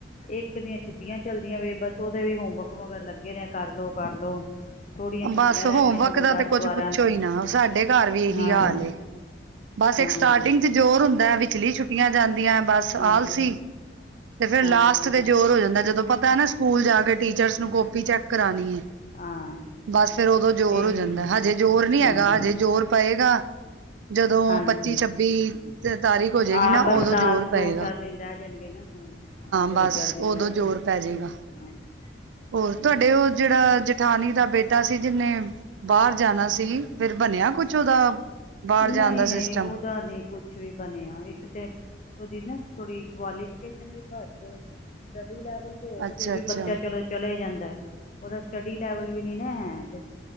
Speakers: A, on the left; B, on the right.
A: ਇੱਕ ਦੀਆਂ ਛੁੱਟੀਆਂ ਚੱਲਦੀਆਂ ਪਈਆਂ ਨੇ, ਬਸ ਉਹਦੇ ਵੀ ਹੋਮਵਰਕ ਮਗਰ ਲੱਗੇ ਨੇ, ਕਰ ਲਓ-ਕਰ ਲਓ। ਥੋੜੀਆਂ
B: ਬਸ
A: ਛੁੱਟੀਆਂ
B: ਹੋਮਵਰਕ
A: ਰਹਿ ਗਈਆਂ ਸਗੋਂ
B: ਦਾ
A: ਦਸ-ਬਾਰਾਂ
B: ਤੇ ਕੁੱਝ ਪੁੱਛੋ ਹੀ ਨਾ ਸਾਡੇ ਘਰ ਵੀ ਇਹੀ
A: ਹਾਂ।
B: ਹਾਲ ਏ। ਬਸ,
A: ਹਾਂ
B: ਇੱਕ ਸਟਾਰਟਿੰਗ ਚ ਜ਼ੋਰ ਹੁੰਦਾ ਹੈ, ਵਿਚਲੀ ਛੁੱਟੀਆਂ ਜਾਂਦੀਆਂ, ਬਸ ਆਲਸੀ‌।
A: ਹਾਂਜੀ
B: ਤੇ ਫੇਰ
A: ਹਾਂਜੀ
B: ਲਾਸਟ ਤੇ
A: ਹਾਂ
B: ਜ਼ੋਰ ਹੋ ਜਾਂਦਾ, ਜਦੋਂ ਪਤਾ ਨਾ ਸਕੂਲ ਜਾ ਕੇ ਟੀਚਰਸ ਨੂੰ ਕਾਪੀ ਚੈੱਕ ਕਰਾਉਣੀ ਹੈ।
A: ਹਾਂ
B: ਬਸ, ਫੇਰ ਉਦੋਂ ਜ਼ੋਰ
A: ਇਹੀ
B: ਹੋ ਜਾਂਦਾ ਹਜੇ ਜ਼ੋਰ ਨਹੀਂ
A: ਹੂੰ
B: ਹੈਗਾ, ਹਜੇ ਜ਼ੋਰ ਪਏਗਾ। ਜਦੋਂ
A: ਹਾਂਜੀ,
B: ਪੱਚੀ ਛੱਬੀ ਤਾਰੀਖ ਹੋ ਜਾਏਗੀ
A: ਹਾਂ
B: ਨਾ
A: ਬਸ
B: ਉਦੋਂ
A: ਲਾਸਟ
B: ਜ਼ੋਰ ਪਏਗਾ
A: ਦੋ-ਚਾਰ ਦਿਨ ਰਹਿ ਜਾਣਗੇ ਨਾ, ਹਾਂਜੀ। ਹਾਂ, ਦੋ-ਚਾਰ
B: ਬਸ
A: ਦਿਨ
B: ਉਦੋਂ
A: ਰਹਿ
B: ਜ਼ੋਰ
A: ਜਾਨ
B: ਪੈ ਜਾਏਗਾ
A: ਹਾਂ।
B: ਹੋਰ ਉ
A: ਚਲੋ
B: ਤੁਹਾਡੇ ਉਹ ਜੇਹੜਾ ਜੇਠਾਨੀ ਦਾ ਬੇਟਾ ਸੀ, ਜਿਨੇ ਬਾਹਰ ਜਾਣਾ ਸੀ। ਫੇਰ ਬਣਿਆ ਕੁਛ ਉਹਦਾ। ਬਾਹਰ ਜਾਣ
A: ਨਹੀਂ-ਨਹੀਂ
B: ਦਾ ਸਿਸਟਮ
A: ਉਹਦਾ ਨਹੀਂ ਕੁਛ ਵੀ ਬਣਿਆ ਇੱਕ ਤੇ ਉਹਦੀ ਨਾ ਥੋੜੀ ਕੁਆਲੀਫਿਕੇਸ਼ਨ ਵੀ ਘੱਟ ਏ। ਸਟੱਡੀ ਲੈਵਲ ਹੋਏ ਤੇ
B: ਅੱਛਾ
A: ਫੇਰ ਵੀ
B: ਅੱਛਾ
A: ਬੱਚਾ ਚਲੋ ਚਲੇ ਜਾਂਦਾ ਉਹਦਾ ਸਟੱਡੀ ਲੈਵਲ ਵੀ ਨੀ ਨਾ ਹੈ ਤੇ